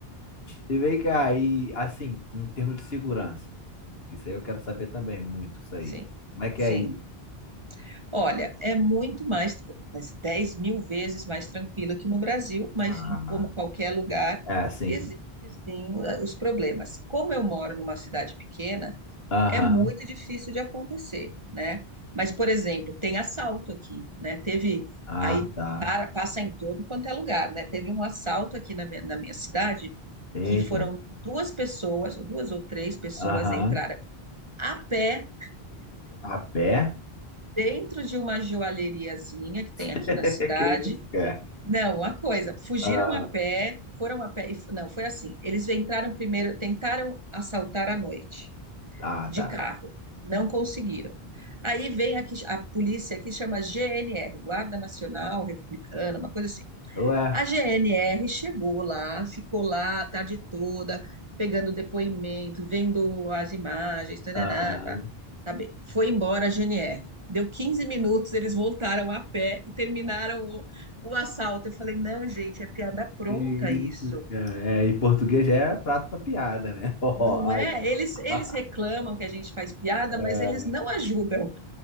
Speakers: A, on the left; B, on the right.
A: E vem cá, e assim, em termos de segurança, porque isso aí eu quero saber também muito, isso aí.
B: Sim,
A: Como é que
B: sim.
A: é aí?
B: Olha, é muito mais, mas 10 mil vezes mais tranquilo que no Brasil, mas
A: Ah,
B: em como qualquer lugar,
A: é assim.
B: existem sim os problemas. Como eu moro numa cidade pequena,
A: Aham.
B: é muito difícil de acontecer, né? Mas, por exemplo, tem assalto aqui, né? Teve,
A: Ah,
B: aí
A: tá.
B: para, passa em todo quanto é lugar, né? Teve um assalto aqui na minha, na minha cidade,
A: Eita.
B: que foram duas pessoas, duas ou três pessoas
A: Aham.
B: entraram a pé
A: A pé?
B: dentro de uma joalheriazinha que tem
A: <laughs>
B: aqui na cidade.
A: Que isso, cara?
B: Não, uma coisa, fugiram
A: Ah,
B: a pé, foram a pé. e f- Não, foi assim. Eles entraram primeiro, tentaram assaltar à noite,
A: ah,
B: de
A: tá.
B: carro. Não conseguiram. Aí vem aqui a polícia que chama GNR, Guarda Nacional Republicana, uma coisa assim.
A: Ué,
B: A GNR chegou lá, ficou lá a tarde toda, pegando depoimento, vendo as imagens, tarará,
A: ah,
B: tá, tá bem. Foi embora a GNR. Deu 15 minutos, eles voltaram a pé e terminaram o, o assalto. Eu falei, não, gente, é piada pronta
A: que isso,
B: isso.
A: cara? É, em português já é prato pra piada, né? <laughs> Ó,
B: Não
A: aí,
B: é? Eles, eles
A: ó.
B: reclamam que a gente faz piada,
A: É.
B: mas eles não ajudam.